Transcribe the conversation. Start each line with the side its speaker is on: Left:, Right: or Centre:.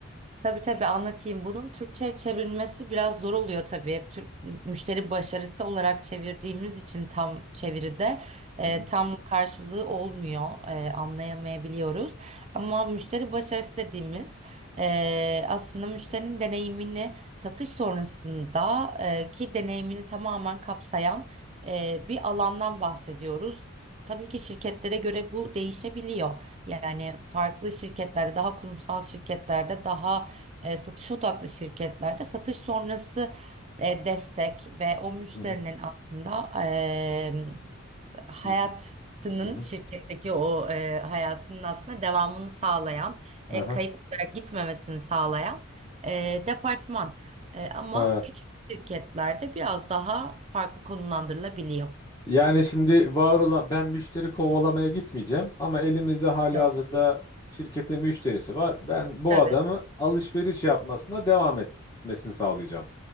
Right: Tabii tabii anlatayım. Bunun Türkçe'ye çevrilmesi biraz zor oluyor tabii. Hep Türk müşteri başarısı olarak çevirdiğimiz için tam çeviride e,
Left: Hı hı,
Right: tam karşılığı olmuyor. E, anlayamayabiliyoruz. Ama müşteri başarısı dediğimiz e, aslında müşterinin deneyimini satış sonrasında e, ki deneyimini tamamen kapsayan e, bir alandan bahsediyoruz. Tabii ki şirketlere göre bu değişebiliyor. Yani farklı şirketlerde daha kurumsal şirketlerde daha e, satış odaklı şirketlerde satış sonrası e, destek ve o müşterinin
Left: hı hı,
Right: aslında e, hayatının
Left: hı hı, hı
Right: şirketteki
Left: hı.
Right: o e, hayatının aslında devamını sağlayan,
Left: Aha.
Right: e, kayıp olarak gitmemesini sağlayan e, departman. E, ama
Left: Ha.
Right: küçük şirketlerde biraz daha farklı konumlandırılabiliyor.
Left: Yani şimdi var olan ben müşteri kovalamaya gitmeyeceğim ama elimizde halihazırda
Right: Yok,
Left: şirketin müşterisi var. Ben bu
Right: tabii.
Left: adamı alışveriş yapmasına devam etmesini sağlayacağım.